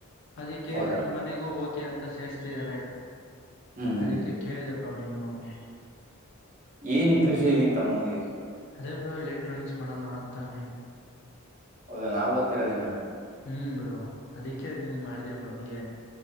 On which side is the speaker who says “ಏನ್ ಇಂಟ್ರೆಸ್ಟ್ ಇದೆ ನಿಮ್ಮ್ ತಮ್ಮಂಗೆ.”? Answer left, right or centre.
Right